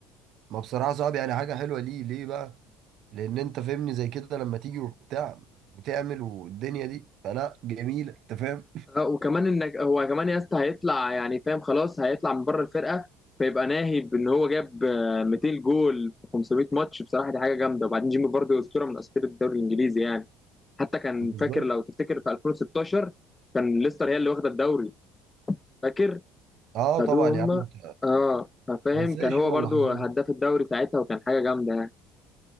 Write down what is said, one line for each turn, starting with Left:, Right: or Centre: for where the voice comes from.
Right: ما بصراحة صعب يعني حاجة حلوة ليه ليه بقى لأن أنت فاهمني زي كده لما تيجي وبتاع بتعمل والدنيا دي فلا جميلة أنت فاهم
Left: آه، وكمان انك هو كمان يا اسطى هيطلع يعني فاهم خلاص هيطلع من بره الفرقه فيبقى ناهي بان هو جاب آه، 200 جول في 500 ماتش بصراحه دي حاجه جامده وبعدين جيمي فاردي اسطوره من اساطير الدوري الانجليزي يعني حتى كان
Right: بالظبط
Left: فاكر لو تفتكر في 2016 كان ليستر هي اللي واخده الدوري فاكر
Right: أه
Left: خدوه
Right: طبعا
Left: هم
Right: يا عم أنت
Left: اه فاهم
Right: ما انساش
Left: كان هو
Right: أنا
Left: برضو
Right: اللحظات
Left: هداف
Right: دي
Left: الدوري ساعتها وكان حاجه جامده يعني